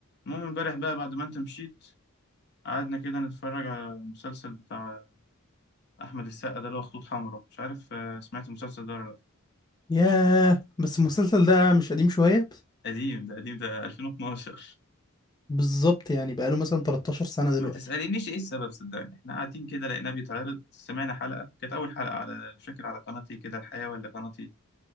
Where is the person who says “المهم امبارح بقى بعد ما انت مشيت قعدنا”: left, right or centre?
Left